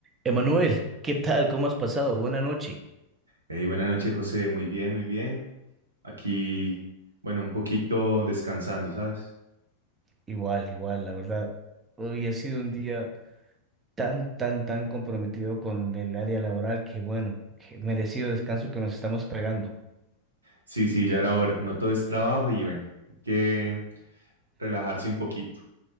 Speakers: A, on the right; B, on the right.
A: Emanuel, ¿qué tal? ¿Cómo has pasado? Buena noche.
B: Hey, buenas noches, José. Muy bien, muy bien. Aquí, bueno, un poquito descansando, ¿sabes?
A: Igual, igual, la verdad. Hoy ha sido un día tan, tan, tan comprometido con el área laboral que, bueno, que merecido descanso que nos estamos pegando.
B: Sí, sí, ya era hora. No todo es trabajo y bueno, hay que relajarse un poquito.